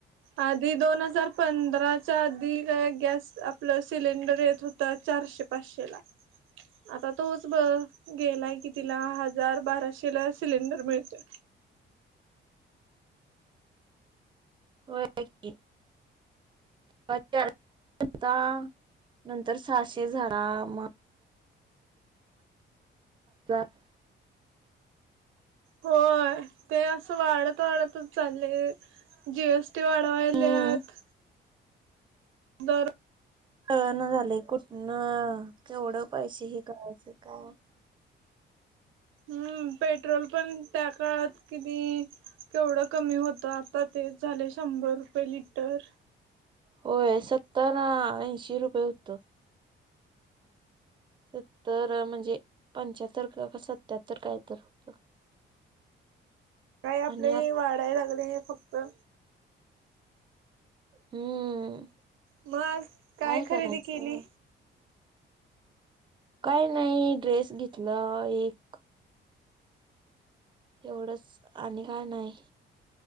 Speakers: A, on the right; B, on the right.
A: आधी दोन हजार पंधराच्या आधी काय गॅस आपलं सिलेंडर येत हो ता चारशे-पाचशे ला आता तोच ब गेलाय कितीला हजार बाराशे ला सिलेंडर मिळतोय.
B: होय की. <unintelligible> होता नंतर सहाशे झाला मग. <unintelligible>
A: होय ते असं वाढत वाढतच चालले. जी एस टी वाढवायल्यात
B: हम्म
A: दर
B: कळेना झाले कुठनं केवढं पैशे हे करायचं काय
A: हम्म पेट्रोल पण त्या काळात किती केवढं कमी होतं आता ते झाले शंभर रुपये लिटर.
B: होय सत्तर ऐंशी रुपये होतं. सत्तर म्हणजे पंच्याहत्तर का कसं सत्याहत्तर काय तर. होत
A: काय आपले
B: आणि आ
A: हे वाढाय लागले फक्त.
B: हम्म
A: मग आज
B: काय
A: खरेदी
B: करायचं.
A: केली?
B: काय नाही ड्रेस घेतला एक एवढंच आणि काय नाय.